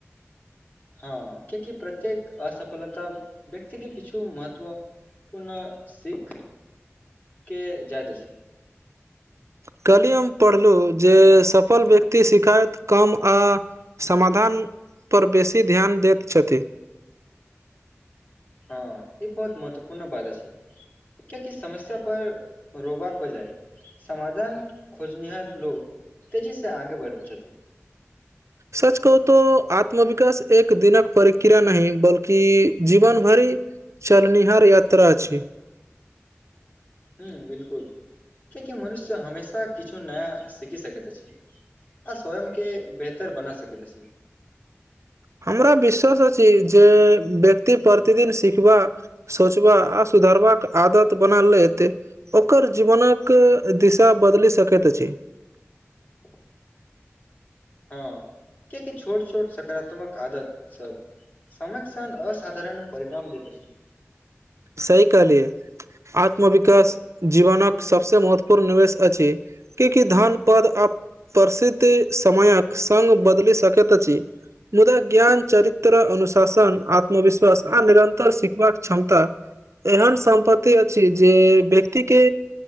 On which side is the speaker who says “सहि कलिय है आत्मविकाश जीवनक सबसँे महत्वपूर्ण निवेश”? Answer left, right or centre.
Right